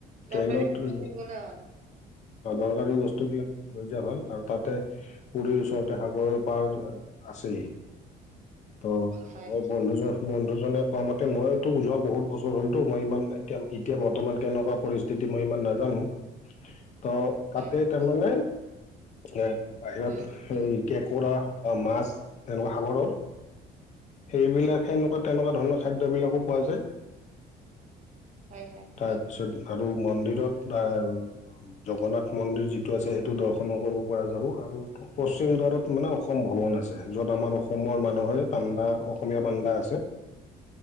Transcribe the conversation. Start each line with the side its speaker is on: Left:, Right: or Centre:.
Right: দৰকাৰী
Left: ট্ৰেইনত
Right: গলে হল।
Left: বা দৰকাৰী বস্তুবিলাক লৈ যোৱা ভাল আৰু তাতে পুৰীৰ ওচৰতে সাগৰৰ পাৰ আছেই, ত
Right: হয়
Left: মই বন্ধুজন বন্ধুজনে কোৱা মতে মইতো যোৱা বহুত বছৰ হ'লতো মই ইমান এতিয়া ই তিয়া বৰ্তমান কেনেকুৱা পৰিস্থিতি মই ইমান নাজানো? অ তাতে
Right: হয়
Left: তাৰমানে, এ বাহিৰত
Right: উম,
Left: সেই কেঁকোৰা বা মাছ সেনেকুৱা সাগৰৰ সেইবিলাক সেনেকুৱা তেনেকুৱা ধৰণৰ খাদ্যবিলাকো পোৱা যায়।
Right: হয় হয়।
Left: তাৰপিছত আৰু মন্দিৰত বা জগন্নাথ মন্দিৰ যিটো আছে সেইটো দৰ্শনো কৰিব পৰা যাব আৰু পশ্চিম দ্বাৰত মানে অসম ভৱন আছে, যত আমাৰ অসমৰ মানুহে পাণ্ডা, অসমীয়া পাণ্ডা আছে